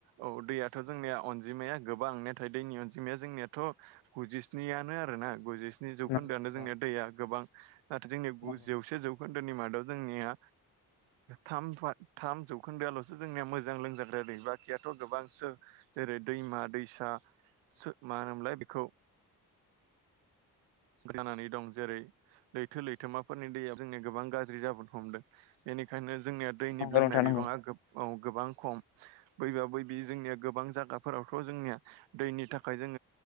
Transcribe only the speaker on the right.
औ दैयाथ' जोंनिया अनजिमाया गोबां नाथाय दैनि अनजिमाया जोंनियाथ' गुजिस्नियानो आरो ना गुजिस्नि जौखोन्दोआनो
जोंनि दैया गोबां जोंनि
जौसे जौ जौखोन्दोनि मादाव जोंनिया थाम-थाम जौखोन्दोआल'सो जोंनिया मोजां लोंजाग्रा दै बाखिया थ' गोबांसो जेरै दैमा-दैसा मा होनोमोनलाय बेखौ जानानै दं जेरै लैथो-लैथोमा फोरनि दैया जोंनिया गोबां गाज्रि जाबोनो हमदों बेनिखायनो जोंनिया दैनि
लोंनाय
बिबाङा
औ गोबां खम बैबा बैबि जोंनिया गोबां जायगाफोरावथ' जोंनिया दैनि थाखाय जों